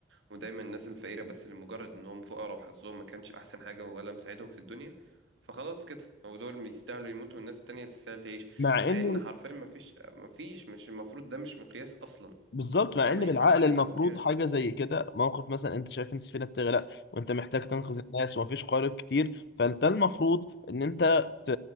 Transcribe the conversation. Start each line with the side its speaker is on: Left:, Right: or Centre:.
Right: ودايما الناس الفقيره بس لمجرد انهم فقراء وحظهم ما كانش احسن حاجه ولا مساعدهم في الدنيا فخلاص كده هو دول يستاهلوا يموتوا والناس التانية تستاهل تعيش
Left: مع
Right: مع
Left: ان
Right: ان حرفيا ما فيش ما فيش مش المفروض ده مش مقياس اصلا
Left: بالظبط مع
Right: ده
Left: ان
Right: ما
Left: بالعقل
Right: ينفعش يبقى
Left: المفروض
Right: مقياس
Left: حاجه زي كده موقف مثلا انت شايف ان السفينه بتغرق وانت محتاج تنقذ الناس ومفيش قارب كتير فانت المفروض ان انت ت-